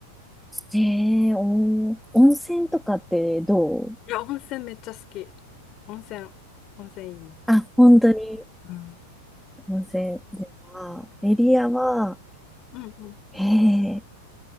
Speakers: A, in the centre; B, on the left.
A: えー、おー、温泉とかってどう
B: いや、温泉めっちゃ好き。温泉、温泉いいね。
A: あ、本当に
B: うん。
A: 温泉では、エリアは、
B: うんうん。
A: えー、